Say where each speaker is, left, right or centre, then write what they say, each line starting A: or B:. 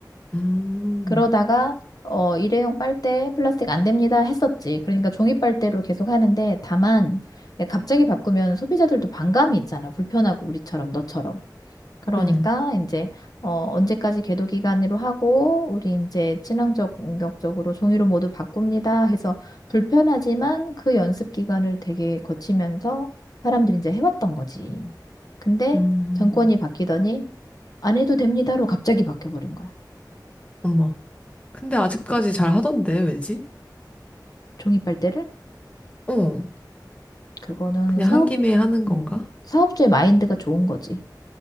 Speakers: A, on the left; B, on the left.
A: 음,
B: 그러다가 어, 일회용 빨대 플라스틱 안 됩니다 했었지. 그러니까 종이 빨대로 계속 하는데 다만 갑자기 바꾸면 소비자들도 반감이 있잖아. 불편하고 우리처럼 너처럼. 그러니까
A: 음,
B: 이제 어, 언제까지 계도 기간으로 하고 우리 이제 친환경 적으로 종이로 모두 바꿉니다 해서 불편하지만 그 연습 기간을 되게 거치면서 사람들이 이제 해왔던 거지. 근데
A: 음,
B: 정권이 바뀌더니 안 해도 됩니다로 갑자기 바뀌어버린 거야.
A: 어머. 근데 아직까지 잘 하던데, 왜지?
B: 종이 빨대를
A: 어,
B: 그거는
A: 그냥
B: 사업,
A: 한 김에 하는 건가?
B: 음, 사업주의 마인드가 좋은 거지.